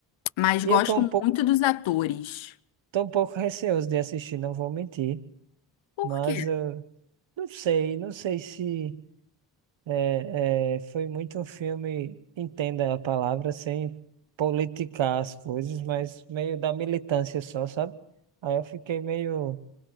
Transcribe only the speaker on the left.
mas gosto
muito dos atores.
Por
quê?